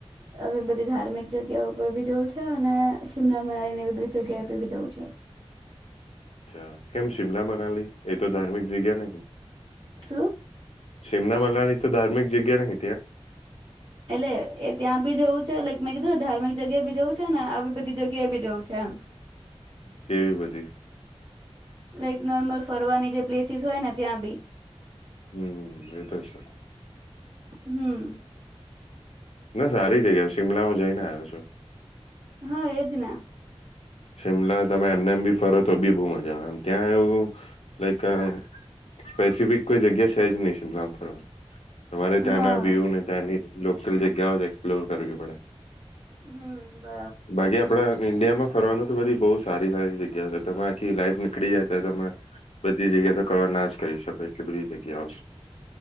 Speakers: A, on the right (about 50°); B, on the left (about 85°).
A: હ બધી ધાર્મિક જગ્યા પર બી જવું છે. અને શિમલા મનાવીને એવી બધી જગ્યાએી જ છે
B: અચ્છા કેમ શિમલા મનાલી એ તો ધાર્મિક જગ્યા નહ
A: શું
B: સિમના મલાની તો ધાર્મિક જગ્યા નહ
A: એટલે એ ત્યાં બી જવું છે લક મેં કીધું ધાર્મિક જગ્યાએ બી જવું છે ને આવી બધી જગ્યાએ બી જવું છે. એમ
B: કેવી બધી
A: લાઈક નોર્મલ ફરવાની જે પ્લેસીસ હોય ને ત્યાં બી
B: હમ એ તો છે
A: હમ
B: ના સારી જગ્યા શિમલા હું જઈને આવ્યો છું
A: હા એજ ને
B: શિમલા તમે એમને એમ બી ફરો તો બી બહુ મજા આવે એમ ત્યાં એવું લાઈક સ્પેસિફિક કોઈ જગ્યા છે, જ નહી, શિમલામાં ફરવાનું તમારે ત્યાંના
A: હા
B: વ્યુ ને ત્યાંની, લોકલ જગ્યાઓ જ એક્સપ્લોર કરવી પડે
A: હમ બરાબર
B: બાકી આપડા ઇન્ડિયામાં બધી બહ સારી સારી જગ્યા છે તમે આખી લાઈફ નીકળી જાય તો તમે બધી જગ્યા તો કવર ના જ કરી શકો એટલી બધી જગ્યા આવશે.